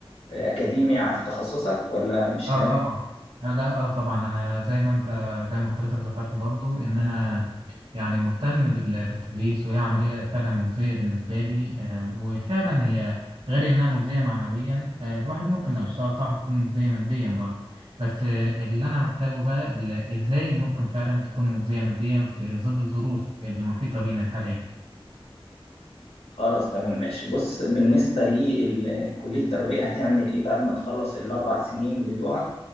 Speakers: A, on the left; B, on the right.
A: اكاديمي ع- في تخصصك ولا مش
B: اه
A: ناوي
B: طبعا آه لا اه طبعا انا زي ما انت زي ما حضرتك ذكرت برضو ان انا يعني مهتم بال- بالتدريس وهي عملية فعلا مجزية بالنسبة لي آه وفعلا هي غير انها مجزية معنويا آه الواحد ممكن لو اشتغل صح تكون مجزية ماديا برضو بس آه اللي انا محتاجه بقى ال- ازاي ممكن فعلا تكون مجزية ماديا في ظل الظروف المحيطة بينا الحالية
A: خلاص تمام ماشي بص بالنسبة لكلية التربية هتعمل إيه بعد ما تخلص الأربع سنين بتوعك